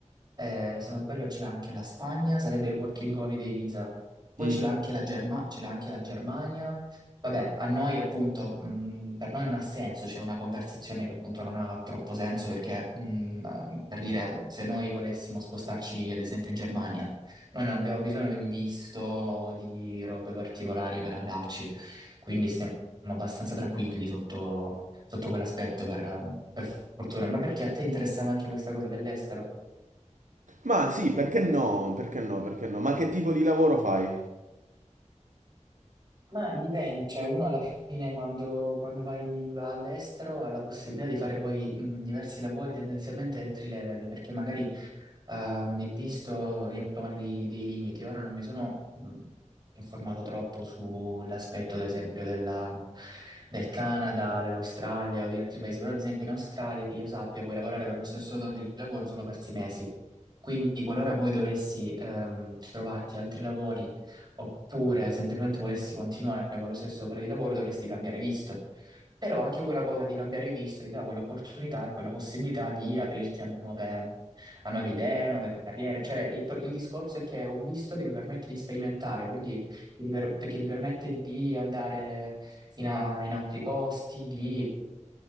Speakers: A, on the right; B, on the right.
A: eh, se non sbaglio ce l'ha anche la Spagna, sarebbe il Working Holiday Visa, poi
B: Mm.
A: ce l'ha anche la Germa- ce l'ha anche la Germania, vabbè, a noi appunto, mh, per noi non ha senso, c'è una conversazione che appunto non ha troppo senso perché, mh, per dire, se noi volessimo spostarci ad esempio in Germania, noi non abbiamo bisogno di un visto, di robe particolari per andarci. Quindi stiamo siamo abbastanza tranquilli sotto, sotto quell'aspetto, per, ehm, per fortuna. Ma perché a te interessava anche questa cosa dell'estero?
B: Ma sì, perché no? Perché no? Perché no? Ma che tipo di lavoro fai?
A: Ma dipende, cioè uno alla fine quando, quando vai, va all'estero ha la possibilità di fare poi mh, diversi lavori tendenzialmente entry level, perché magari ehm, il visto riempone dei, dei limiti. Ora non mi sono mh, informato troppo sull'aspetto, ad esempio, della- del Canada, dell'Australia o di altri paesi, però ad esempio in Australia, che io sappia, puoi lavorare per lo stesso datore di lavoro solo per sei mesi. Quindi qualora poi dovessi ehm, trovarti altri lavori Oppure semplicemente volessi continuare con lo stesso datore di lavoro, dovresti cambiare visto. Però anche quella cosa di cambiare visto ti dà quell'opportunità e quella possibilità di aprirti a nuove, a nuove idee, nuove carriere. Cioè, il, il discorso è che è un visto che ti permette di sperimentare, quindi che ti, per- che ti permette di andare in, a- in altri posti, di